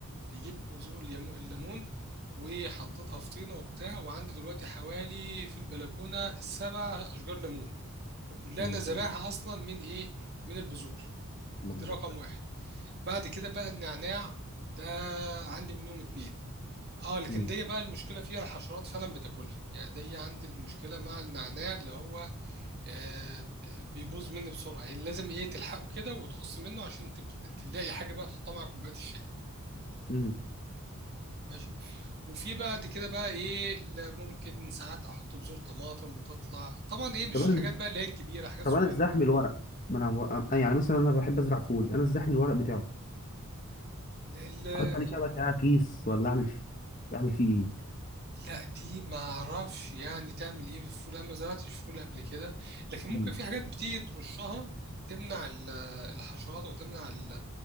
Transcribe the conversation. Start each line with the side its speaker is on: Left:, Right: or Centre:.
Right: تجيب بذور الليمو- الليمون وحطيتها في طينة وبتاع وعندي دلوقتي حوالي في البلكونة سبع أشجار ليمون وكلها
Left: اللهم
Right: انا زارعها
Left: صل على النبي.
Right: اصلا من ايه من البذور
Left: اللهم
Right: دي رقم
Left: بارك
Right: واحد بعد كده بقى النعناع ده عندي منهم اتنين اه لكن
Left: امم
Right: دي بقى المشكله فيها الحشرات فعلا بتاكلها يعني دي عندي المشكله مع النعناع اللي هو آه بيبوظ مني بسرعه يعني لازم ايه تلحقه كده وتقص منه عشان تب- تلاقي حاجه بقى تحطها مع كوبايه الشاي
Left: امم
Right: ماشي وفي بعد كده بقى ايه اللي ممكن ساعات احط بذور طماطم وتطلع طبعا ايه مش
Left: طب انا
Right: حاجات بقى اللي هي الكبيره حاجات
Left: طب
Right: صغيره
Left: انا ازاحم الورق ما انا بو- أنا- يعني مثلا انا بحب ازرع فول انا ازاحم الورق بتاعه
Right: كده
Left: احط عليه شبكه كيس ولا اعمل اعمل فيه ايه
Right: لا دي ما اعرفش يعني تعمل ايه في الفول انا ما زرعتش فول قبل كده لكن ممكن
Left: مم.
Right: في حاجات بتيجي ترشها تمنع ال- الحشرات وتمنع ال-